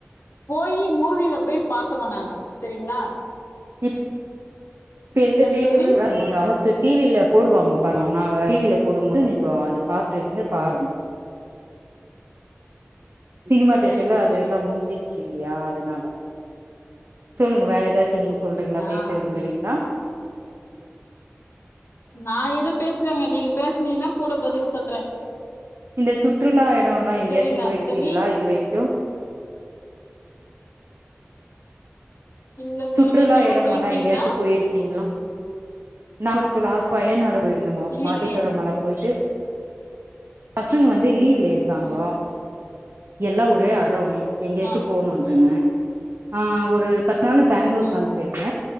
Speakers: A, on the left; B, on the right.
A: போயி மூவில போய் பாக்குறோ நாங்க செரிங்களா
B: இப் இப்ப எந்த தியேட்டருன்னு
A: தோழி
B: வருமாங்க <unintelligible> டிவில போடுவாங்க பாருங்க நாங்க டிவில போடும்போது நீங்க அதை பார்த்து இருந்து பாருங்க சினிமா
A: சரிங்க
B: தியேட்டர்ல அது
A: தோழி
B: எல்லாம் முஞ்சிச்சு இல்லையா அதனால சொல்லுங்க வேற ஏதாச்சும் நீங்க
A: அப்படிங்களா
B: சொல்றீங்களா பேசவிரும்புரீங்களா
A: ம் நான் எதும் பேசலங்க நீங்க பேசுனீன்கனா கூட பதில் சொல்றேன்
B: இந்த சுற்றுலா இடம் எல்லாம் எங்கேயாச்சும்
A: சரிங்களா
B: போயிருக்கீங்களா
A: தோழி
B: இது வரைக்கும்
A: இல்ல
B: சுற்றுலா
A: தோழி நீங்க
B: இடமெல்லாம்
A: போயிருக்கீங்களா
B: எங்கேயாச்சும் போயிருக்கீங்களா நான் இப்ப லாஸ் வயன்நாடு போயிருந்தேங்கோ
A: இல்லைங்களே
B: மாதேஸ்வரமலை போயிட்டு பசங்க வந்து லீவ்ல இருக்காங்கோ
A: ம்
B: எல்லாம் ஒரே அடம் எங்கேயாச்சும்
A: ஆ
B: போகணுனு சொன்னேன் ஆ ஒரு பத் அதனால பெங்களுருக்கு
A: ம்
B: அனுப்பிருங்க